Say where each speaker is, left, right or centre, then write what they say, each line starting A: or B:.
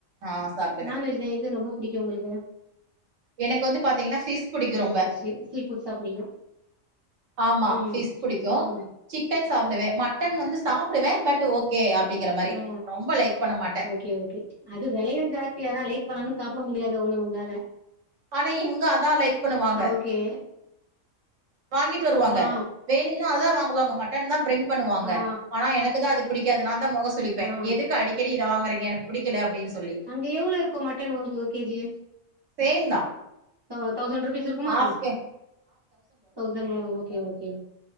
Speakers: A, on the right (about 70°); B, on the right (about 25°).
A: ஆ சாப்டுவே
B: நான்வெஜ்ல எது ரொம்ப புடிக்கு உங்களுக்கு
A: எனக்கு வந்து பாத்தீங்கன்னா ஃபிஸ் புடிக்கு ரொம்ப
B: ஃபிஷ்ஷு சீ ஃபுட்ஸா புடிக்கு
A: ஆமா
B: ம்
A: ஃபிஸ் புடிக்கு
B: ம்
A: சிக்கன் சாப்டுவே மட்டன் வந்து சாப்டுவே பட் ஓகே அப்டிங்கற மாரி
B: ஆ
A: ரொம்ப லைக் பண்ண மாட்ட
B: ஓகே ஓகே அது வெலையு ஜாஸ்தியாதா ஆனா லைக் பண்ணாலு சாப்ட முடியாது அவ்ளோ நம்மளால
A: ஆனா இவங்க அதா லைக் பண்ணுவாங்க
B: ஓகே
A: வாங்கிட்டு வருவாங்க
B: ஆ
A: வேணு னாதா வாங்குவாங்க மட்டன் தா பிரிங் பண்ணுவாங்க
B: ஆ
A: ஆனா எனக்குதா அது பிடிக்காது நா தா மொக சுலிப்பே
B: ஆ
A: எதுக்கு அடிக் கடி இத வாங்குறிங்க எனக்கு பிடிக்கல அப்டின்னு சொல்லி
B: அங்க எவ்ளோ இருக்கு மட்டன் ஒன் ஒரு கேஜி
A: சேம் தா
B: அ தௌசண்ட் ரூபீஸ் இருக்குமா
A: ஹாஃப் கே
B: தௌசண்ட் வரு ஓகே ஓகே